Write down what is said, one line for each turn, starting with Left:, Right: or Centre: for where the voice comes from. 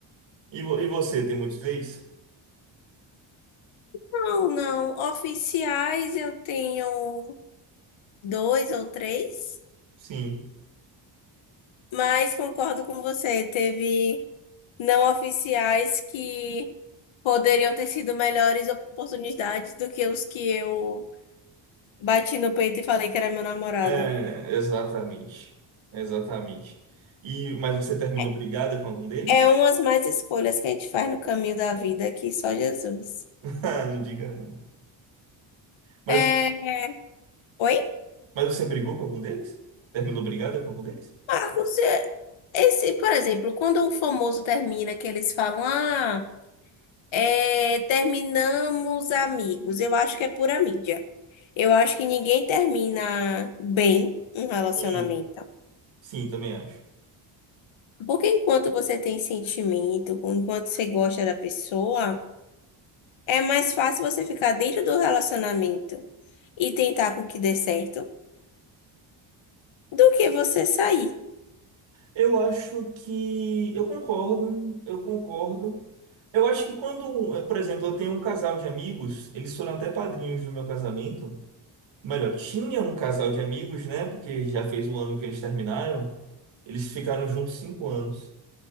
Right: E, vo- e você, tem muitos ex?
Left: Não, não. Oficiais eu tenho dois ou três,
Right: Sim.
Left: mas concordo com você. Teve não oficiais que poderiam ter sido melhores oportunidades do que os que eu bati no peito e falei que era meu namorado.
Right: É, exatamente. Exatamente. E, mas você terminou
Left: É
Right: brigada com algum deles?
Left: é umas mais escolhas que a gente faz no caminho da vida que só Jesus.
Right: <laughs> Ah, não diga não. Mas,
Left: É... Oi,
Right: mas você brigou com algum deles? Terminou brigada com algum deles?
Left: Marcos, é- esse, por exemplo, quando o famoso termina, que eles falam, ah. É, terminamos amigos. Eu acho que é pura mídia. Eu acho que ninguém termina bem um relacionamento.
Right: Sim. Sim, também acho.
Left: Porque enquanto você tem sentimento, enquanto você gosta da pessoa, é mais fácil você ficar dentro do relacionamento e tentar com que dê certo do que você sair
Right: Eu acho que. Eu concordo, eu concordo. Eu acho que quando, eh, por exemplo, eu tenho um casal de amigos, eles foram até padrinhos no meu casamento. Melhor, tinha um casal de amigos, né? Porque já fez um ano que eles terminaram. Eles ficaram juntos cinco anos.